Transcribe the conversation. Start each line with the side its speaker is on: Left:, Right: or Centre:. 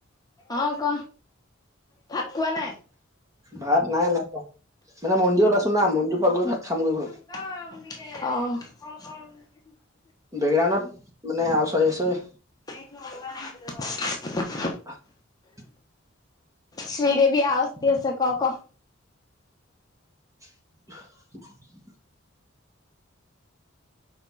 Left: অ', ক' ভাত খোৱা নাই?
Right: ভাত নাই নাই খোৱা, মানে মন্দিৰত আছো না মন্দিৰৰ পৰা গৈ ভাত খামগৈ ঘৰত।
Left: অ'।
Right: বেকগ্ৰাউণ্ডত মানে আৱাজ আহি আছে ঐ।
Left: <unintelligible>
Right: <inaudible>
Left: শ্ৰীদেৱী আৱাজ দি আছে ক' ক'?
Right: <inaudible>